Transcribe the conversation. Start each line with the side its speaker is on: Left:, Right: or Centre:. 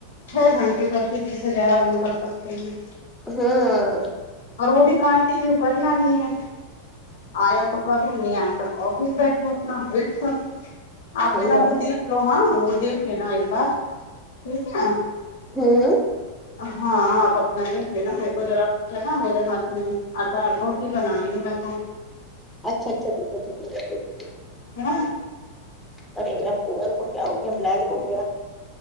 Left: چھ گھنٹے کرتی تیس ہزار آدمی کر سکتے ہیں
Centre: ہاں
Left: اور وہ بھی کانٹینیو کرنا نہیں ہے آیا تو کروں نہیں آیا تک آفس بیٹھو اپنا ویٹ کروں آپ
Centre: صحیح
Left: ذرا
Centre: بات
Left: وہ
Centre: ہے
Left: دیکھ لو ہاں وہ دیکھ لینا ایک بار ٹھیک ہے
Centre: ہاں
Left: ہاں آپ اپنا دیکھ لینا میرے کو ذرا کیا نا میرے ہاتھ میں آٹا روٹی بنا رہی ہوں میں تو
Centre: اچھا اچھا ٹھیک ہے ٹھیک دیکھتی ہے
Left: ہاں
Centre: اور ایک میرے فون کو کیا ہوگیا بلینک ہو گیا